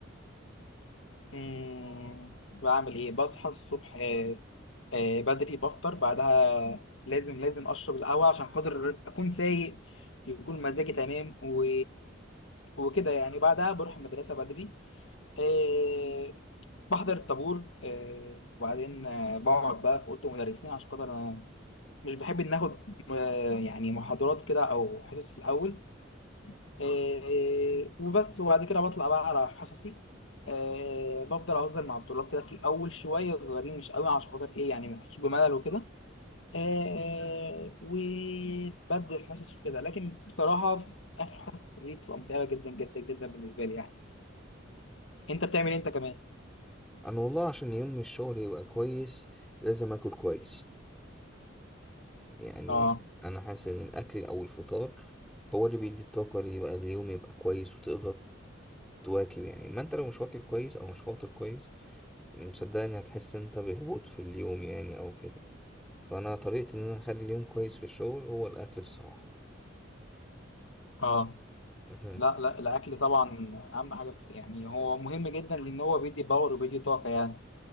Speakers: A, on the left; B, in the centre.
A: مم، بعمل ايه بصحى الصبح آه، آه، بدري بفطر بعدها لازم لازم اشرب القهوه عشان خاطر اكون فايق يكون مزاجي تمام و... وكده يعني بعدها بروح المدرسه بدري آه، بحضر الطابور آه، وبعدين آه، بقعد بقى في اوضه المدرسين عشان خاطر انا مش بحب ان اخد آه، يعني محاضرات كده او حصص في الاول آه، وبس وبعد كده بطلع بقى على حصصي آه، بفضل اهزر مع الطلاب كده في الاول شويه صغيرين مش قوي عشان خاطر ايه يعني ما يحسوش بملل وكده آه، وبدي الحصص وكده لكن بصراحه في اخر حصه دي بتبقى متعبه جدا جدا جدا بالنسبه لي يعني انت بتعمل إيه انت كمان
B: انا والله عشان يوم الشغل يبقى كويس لازم اكل كويس يعني
A: اه
B: انا حاسس ان الاكل او الفطار هو اللي بيدي الطاقه اللي يبقى اليوم يبقى كويس وتقدر تواكب يعني ما انت لو مش واكل كويس او مش فاطر كويس مصدقني هتحس انت بهبوط في اليوم يعني او كده فانا طريقتي ان انا اخلي اليوم كويس في الشغل هو الاكل الصراحه
A: اه
B: مهم.
A: لا لا الاكل طبعا اهم حاجه في يعني هو مهم جدا لان هو بيدي باور وبيدي طاقه يعني